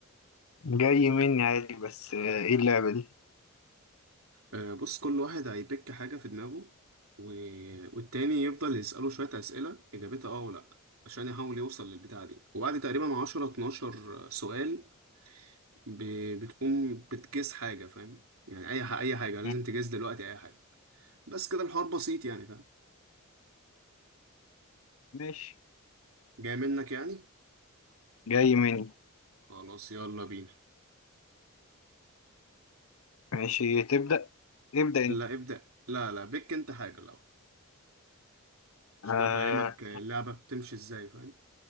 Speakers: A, on the left (about 70°); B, on the right (about 70°).
A: جاي مني عادي بس آه، ايه اللعبة دي
B: أه بص كل واحد هيبيك حاجه في دماغه و... والتاني يفضل يساله شويه اسئله اجابتها اه ولا لأ، عشان يحاول يوصل للبتاعه دي وبعد تقريبا 10 12 سؤال ب... بتقوم بتجس حاجه فاهم يعني اي ح- اي حاجه لازم
A: مم.
B: تجس دلوقتي اي حاجه بس كده الحوار بسيط يعني فاهم
A: ماشي
B: جاي منك يعني
A: جاي مني
B: خلاص يلا بينا
A: ماشي تبدأ ابدأ انت
B: لا ابدأ لا لا بك انت حاجة الأول عشان
A: آه
B: افهمك اللعبة بتمشي ازاي فاهم